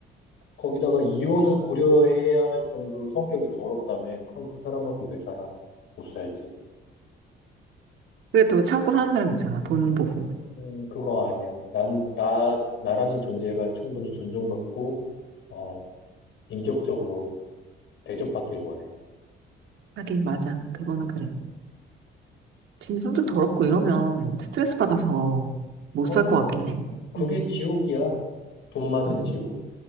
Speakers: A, on the left; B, on the right.
A: 거기다가 이혼을 고려해야 할 정도로 성격이 더럽다며. 그럼 그 사람하고 왜 살아? 못 살지.
B: 그래도 참고 사는 사람 있잖아. 돈 보고.
A: 음, 그거 아니야. 난, 나, 나라는 존재가 충분히 존중받고, 어, 인격적으로 대접받길 원해.
B: 하긴, 맞아. 그거는
A: 음,
B: 그래. 진짜 성격
A: 도-
B: 더럽고 이러면 스트레스
A: 음.
B: 받아서 못
A: 그러니까.
B: 살 것 같긴 해.
A: 그게
B: 음.
A: 지옥이야. 돈 많은
B: 음.
A: 지옥.